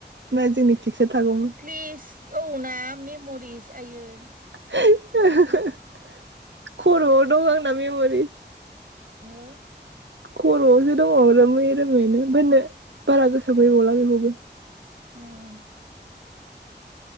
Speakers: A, on the right; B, on the right.
A: ना जोंनि पिकसार थागौमोन
B: प्लिस औ ना मेमरिस जायै
A: <unintelligible> खरआव दं आंना मेमरि
B: हु
A: खरआवसो दङ रोमै रोमैनो होननो बारा गोसोबो गैबावला बेखौबो
B: उम